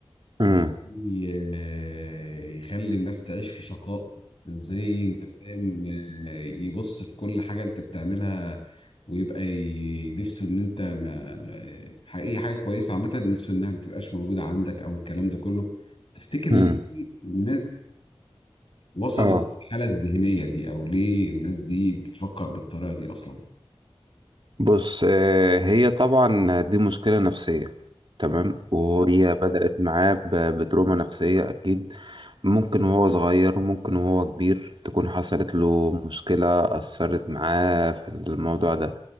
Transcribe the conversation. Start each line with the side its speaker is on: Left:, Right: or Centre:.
Right: أمم.
Left: ازاي آه، يخلي الناس تعيش في شقاء ازاي انت فاهم آه، يبص في كل حاجه انت بتعملها ويبقى ي- نفسه ان انت ما ح- اي حاجه كويسه عامه نفسه انها ما تبقاش موجوده عندك او الكلام ده كله تفتكر ليه
Right: أمم.
Left: الناس وصلت
Right: آه
Left: الحاله الذهنيه دي او ليه الناس دي بتفكر بالطريقه دي اصلا
Right: بص آه، هي طبعا دي مشكلة نفسية تمام وهي بدأت معاه ب- بتروما نفسية أكيد ممكن وهو صغير ممكن وهو كبير تكون حصلت له مشكلة أثرت معاه في الموضوع ده